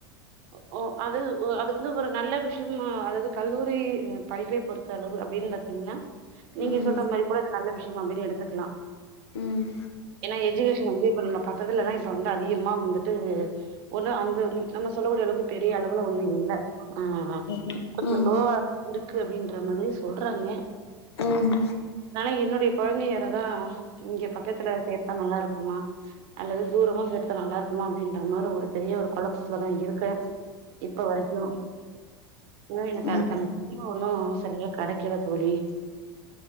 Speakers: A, on the right; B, on the left.
A: ஓ ஓ அது ஓ அது வந்து ஒரு நல்ல விஷ்யமு அதாவ்து கல்லூரி அ படிப்பை பொறுத்தளவு அப்டின் பாத் திங்னா நீங்க
B: ம்
A: சொல்ற மாரி கூட அது நல்ல விஷ்யம் அப்டின் எடுத்துக்கலா
B: ம்
A: ஏனா எஜுகேஷன் வந்து இப்ப நம்ம பக்கத்துல தா இப்ப வந்து அதிகமா வந்துட்டு ஒன்னு அந்த இது நம்ம சொல்லக்கூடிய அளவுக்கு பெரிய அளவுல ஒன்னு இல்ல ஆ
B: ஆமா
A: கொஞ்ச
B: ம்
A: லோவா தா இருக்கு அப்டின்ற மாதிரி சொல்றாங்க
B: ம்
A: ஆனா என்னுடைய கொழந்தைகளலா இங்க பக்கத்துல சேத்தா நல்லாருக்குமா அல்லது தூரமா சேத்தா நல்லாருக்குமா அப்டின்ற மாரி ஒரு பெரிய ஒரு கொழப்பத்துல நா இருக்கே இப்ப வரைக்கு இன்னு எனக்கு
B: ம்
A: அதுக்கான இன்னு ஒன்னு சரியா கெடைக்கல தோழி